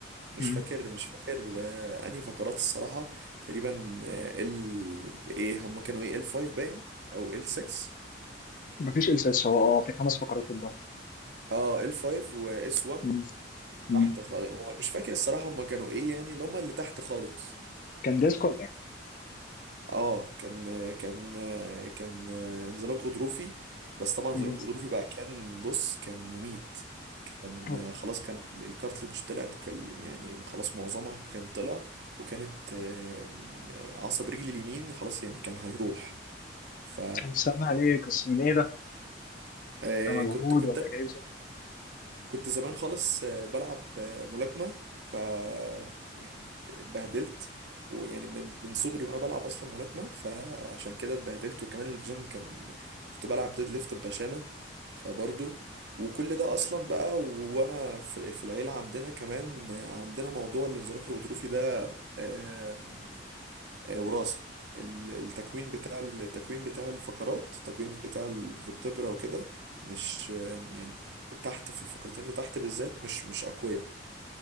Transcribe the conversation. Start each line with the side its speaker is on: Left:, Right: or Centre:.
Right: مش
Left: مم.
Right: فاكر مش فاكر آه، انهي فقرات الصراحة تقريبا آه، ال ايه هم كانوا ايه ال 5 باين او ال 6
Left: مفيش إلساس هو أه في خمس فقرات قدام
Right: اه ال 5 واس 1
Left: مم. مم.
Right: تحت خالص هو مش فاكر الصراحة هم كانوا ايه يعني اللي هم اللي تحت خالص
Left: كان ديسك ولا إيه؟
Right: اه كان كان كان انزلاق غضروفي بس طبعا انزلاق
Left: مم.
Right: غضروفي بقى كان بص كان مميت كان
Left: أوه،
Right: خلاص كان ال- الكارتليج طلعت كل- يعني خلاص معظمها كان طلع وكانت آه، عصب رجلي اليمين خلاص يعني كان هيروح ف
Left: كان سامع عليك بس من إيه ده؟
Right: آه،
Left: كمجهود
Right: كنت كنت
Left: ولا جاي ظروف
Right: كنت زمان خالص آه، بلعب آه، ملاكمة ف يعني اتبهدلت ويعني من من صغري وانا بلعب اصلا ملاكمة فعشان كده اتبهدلت وكمان الجيم كان كنت بلعب ديد ليفت بغشامة فبرضه وكل ده اصلا بقى و- وانا في في العيلة عندنا كمان آه، عندنا موضوع الانزلاق الغضروفي ده آه، آه، وراثة ال- التكوين بتاع التكوين بتاع الفقرات التكوين بتاع الفرتبرا وكده مش آه، يعني تحت في الفقرتين اللي تحت بالذات مش مش أقوياء